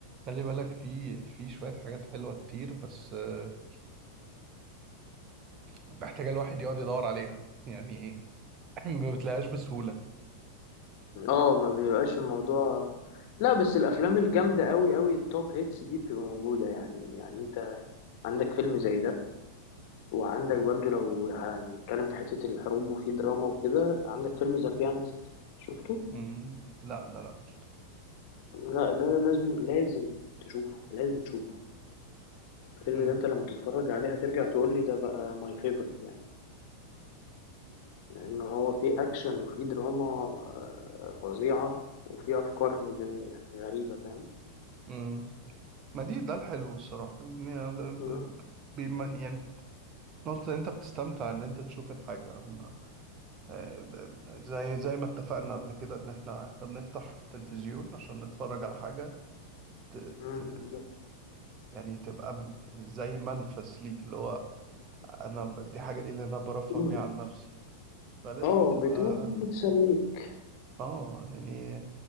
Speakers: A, on the right; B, on the left.
A: خلي بالك في في شوية حاجات حلوة كتير بس آه، محتاجة الواحد يقعد يدور عليها يعني إيه، <clears throat> ما بتلاقيهاش بسهولة
B: اه ما بيبقاش الموضوع لا بس الافلام الجامده قوي قوي التوب هيتس دي بتبقى موجوده يعني يعني انت عندك فيلم زي ده وعندك برضو لو هنتكلم في حته الحروب وفي دراما وكده عندك فيلم ذا بيانست شفته
A: مم. لا لا لا مش طبيعي
B: لا ده لازم لازم تشوفه لازم تشوفه الفيلم
A: مم.
B: ده انت لما تتفرج عليه هترجع تقول لي ده بقى ماي فيفورت يعني لان هو فيه اكشن وفيه دراما آه، فظيعة وفيه افكار آه، يعني غريبة فاهم
A: مم. ما دي ده الحلو الصراحة يعني ب-
B: مم.
A: ب- ب- بيما- يعني نقطة إن أنت بتستمتع إن أنت تشوف الحاجة أما- آه، ب- ب- زي زي ما اتفقنا قبل كده إن إحنا إحنا بنفتح تلفزيون عشان نتفرج على حاجة ت...
B: مم،
A: ت...
B: بالظبط
A: يعني تبقى م- زي منفس ليك اللي هو أنا ب- دي حاجة دي اللي أنا برفه
B: مم.
A: بيها عن نفسي فلازم
B: اه
A: تبقى
B: بتقول بتسليك
A: آه يعني